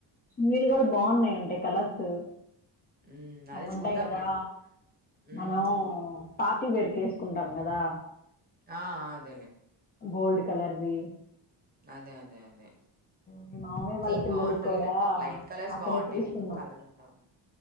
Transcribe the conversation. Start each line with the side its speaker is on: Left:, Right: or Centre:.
Left: మీళు కూడా బాగున్నాయి అంటా కలర్స్
Right: హ్మ్ అదే
Left: అవి ఉంటాయి
Right: చూద్దాంలే
Left: కదా
Right: హ్మ్
Left: మనం
Right: హ్మ్ హ్మ్
Left: పార్టీ వేర్ తీసుకుంటాం కదా
Right: ఆ అదేలే
Left: గోల్డ్ కలర్ వి
Right: అదే అదే అదే
Left: మీ మామయ్య వాళ్ళ
Right: నీకు
Left: పిల్లలకి
Right: బాగుంటాయి
Left: కూడా
Right: లే అవి లైట్ కలర్స్
Left: అక్కడే
Right: బాగుంటాయి
Left: తీసుకున్నాం
Right: నీకు కలర్ ఉంటావు కదా